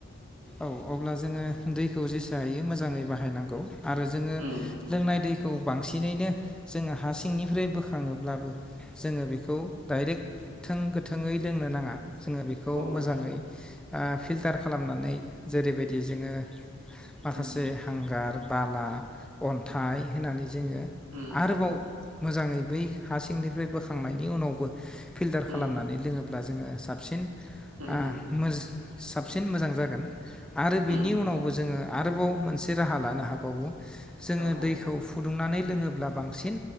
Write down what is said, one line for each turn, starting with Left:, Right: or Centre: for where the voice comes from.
Centre: औ अब्ला जोङो दैखौ जेसे हायो मोजाङै बाहायनांगौ आरो जोङो
Right: उम
Centre: लोंनाय दैखौ खौ बांसिनैनो जोङो हा सिंनिफ्राय बोखाङोब्लाबो जोङो बेखौ डाइरेक्ट थों गोथोै लोंनो नाङा जोङो बेखौ
Right: औ
Centre: मोजाङै ओ फिल्टार खालामनानै जेरैबायदि जोङो माखासे
Right: उम
Centre: हांगार बाला अन्थाय होनानै जोङो
Right: उम
Centre: आरोबाव मोजाङै बै हा सिंनिफ्राय बोखांनायनि उनावबो फिल्टार खालामनानै
Right: उम
Centre: लोङो ब्ला जोङो साबसिन
Right: उम
Centre: ओ
Right: उम
Centre: मोज साबसिन मोजां जागोन आरो बिनि
Right: उम
Centre: उनावबो जोङो आरोबाव मोनसे राहा लानो हाबावो जोङो
Right: औ औ
Centre: दैखौ फु दुंनानै लोङोब्ला बांसिन